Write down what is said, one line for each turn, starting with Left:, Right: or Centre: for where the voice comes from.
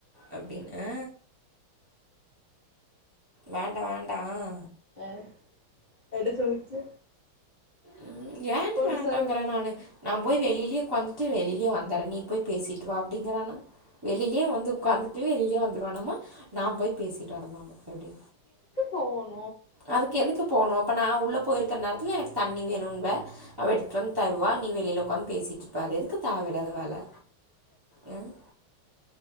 Right: அப்டின்னு வேண்டாம் வேண்டாம்
Left: அஹ் எட சொல்லிச்சு
Right: உம் ஏன்டி
Left: போட்டு
Right: வேண்டங்கறேன்
Left: சொல்லையா
Right: நானு நான் போய் வெளியிலே உட்கார்ந்து ட்டு வெளியிலயே வந்தர நீ போய் பேசிட்டு வா அப்படிங்கறான வெளியிலயே வந்து உட்கார்ந்து வெளியே வந்துடுவானாமா நான் போய் பேசிட்டு வரலாம் எப்படி
Left: போனும்
Right: அதுக்கு எதுக்கு போணும் அப்ப நான் உள்ள போயிருக்க நேர இல்ல எனக்கு தண்ணி வேணும்னுவ அவ எடுத்துட்டு வந்து தருவா நீ வெளியில உட்காந்து பேசிட்டு இருக்க இப்ப அது தேவைல்லாத வேலை உஹம்